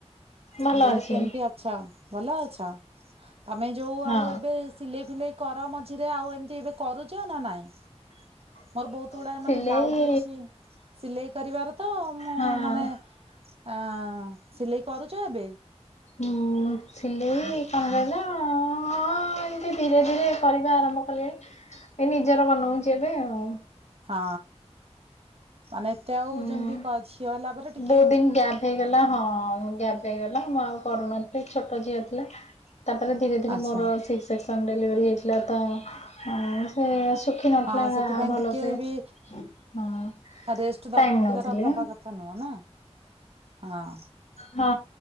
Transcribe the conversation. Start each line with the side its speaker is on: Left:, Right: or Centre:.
Left: ଭଲ
Right: ମୁଁ କହିଲି
Left: ଅଛି
Right: କେମିତି ଅଛ ଭଲ ଅଛ ତମେ ଯୋଉ
Left: ହଁ
Right: ଆଉ ଏବେ ସିଲେଇ ଫିଲେଇ କର ମଝିରେ ଆଉ ଏମିତି ଏବେ କରୁଛ ନା ନାଇଁ?
Left: <inaudible>
Right: ମୋର ବହୁତ ଗୁଡା
Left: ସିଲେଇ
Right: ମାନେ ବ୍ଲାଉଜ ଅଛି ସିଲେଇ କରିବାର ତ ମୁଁ
Left: ହଁ
Right: ମାନେ ଆ ସିଲେଇ କରୁଛ ଏବେ?
Left: ହୁଁ, ମୁଁ ସିଲେଇ କଣ କହିଲ ହଁ। ହଁ ଏମିତି ଧୀରେ ଧୀରେ କରିବା ଆରମ୍ଭ କଲିଣୀ ଏ ନିଜର ବନଉଛି ଏବେ ଆଉ।
Right: ହଁ ମାନେ ଏତେ ଆଉ
Left: ହୁଁ
Right: ଯେମିତି ଝିଅ ହେଲା ପରେ ଟି
Left: ବହୁତ ଦିନ ଗ୍ୟାପ୍ ହେଇଗଲା ହଁ ଗ୍ୟାପ୍ ହେଇଗଲା ମୁଁ ଆଉ କରୁନାଥିଲି ଛୋଟ ଝିଅ ଥିଲା ତାପରେ ଧୀରେ ଧୀରେ
Right: ଆଚ୍ଛା
Left: ମୋର ସିକ୍ସ ସେକ୍ସନ୍ ଡେଲିଭରି ହେଇଥିଲା ତ ମୁଁ ସେ ଶୁଖି ନଥିଲା
Right: ହଁ ସେଥିପାଇଁ
Left: ଭଲସେ
Right: ଟିକେ ବି
Left: ହଁ।
Right: ରେଷ୍ଟ ଦରକାର
Left: ଟାଇମ ନଉଥିଲି
Right: ଦବା କଥା ନୁହଁ ନା ହଁ <unintelligible>
Left: ହଁ।